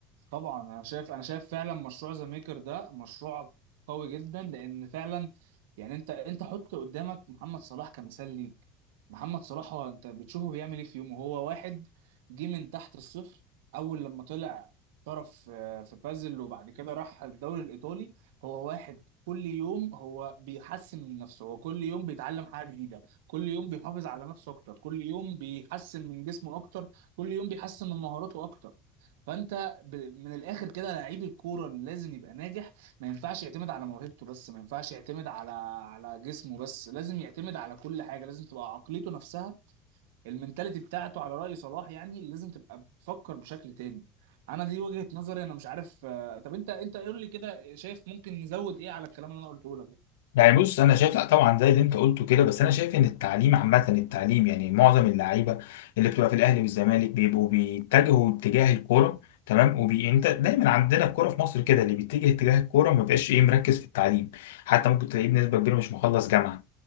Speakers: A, on the right; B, on the left.
A: طبعا انا شايف انا شايف فعلا مشروع ذا ميكر ده مشروع قوي جدا لان فعلا يعني انت انت حط قدامك محمد صلاح كمثال ليك محمد صلاح هو انت بتشوفه بيعمل ايه في يومه هو واحد جه من تحت الصفر اول لما طلع احترف آه، في بازل وبعد كده راح الدوري الايطالي هو واحد كل يوم هو بيحسن من نفسه هو كل يوم بيتعلم حاجه جديده كل يوم بيحافظ على نفسه اكتر كل يوم بيحسن من جسمه اكتر كل يوم بيحسن من مهاراته اكتر فانت ب- من الاخر كده لعيب الكوره اللي لازم يبقى ناجح ما ينفعش يعتمد على موهبته بس ما ينفعش يعتمد على على جسمه بس لازم يعتمد على كل حاجه لازم تبقى عقليته نفسها المنتاليتي بتاعته على راي صلاح يعني لازم تبقى بتفكر بشكل تاني انا دي وجهه نظري انا مش عارف آه، طب انت انت قول لي كده شايف ممكن نزود ايه على الكلام اللي انا قلته لك ده؟
B: يعني بص انا شايف لا طبعا زي اللي انت قلته كده بس انا شايف ان التعليم عامه التعليم يعني معظم اللعيبه اللي بتبقى في الاهلي والزمالك بيبقوا بيتجهوا اتجاه الكوره تمام وبي انت دايما عندنا الكوره في مصر كده اللي بيتجه اتجاه الكوره ما بقاش ايه مركز في التعليم حتى ممكن تلاقيه بنسبه كبيره مش مخلص جامعه